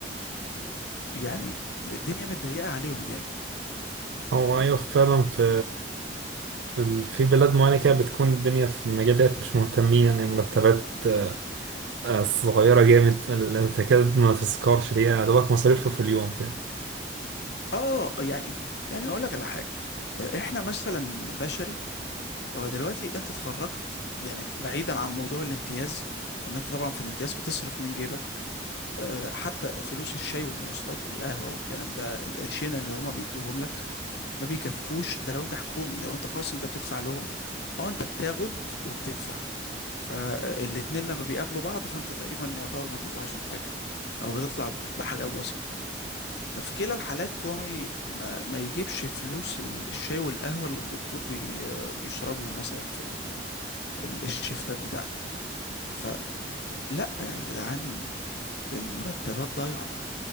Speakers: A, on the left; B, on the right.
A: يعني الدنيا متضيقة عليهم جامد
B: هو ايوه فعلا في في ال- في بلاد معينة كده بتكون الدنيا في المجال ده مش مهتمين يعني مرتبات آه، آه، صغيرة جامد ال- تكاد ما تذكرش دي يعني دوبك مصاريفه في اليوم كده
A: اه يعني يعني هقول لك على حاجة آه، احنا مثلا بشري هو دلوقتي انت اتخرجت يعني بعيدا عن موضوع الامتياز وان انت طبعا في الامتياز بتصرف من جيبك اه، حتى فلوس الشاي والمواصلات والقهوة والكلام ده القرشين اللي هما بيدوهم لك ما بيكفوش ده لو انت حكومي لو انت خاص انت بتدفع لهم اه انت بتاخد وبتدفع فالاتنين لما بيقابلوا بعض فانت تقريبا يعتبر ما بتطلعش بحاجة او بتطلع بحاجات بسيطة ففي كلا الحالات هو ما ي- ما ما يجيبش فلوس ال- الشاي والقهوة اللي الدكتور بي بيشربهم مثلا في ال- الشيفتات بتاعته فلا يا جدعان المرتبات ضايعة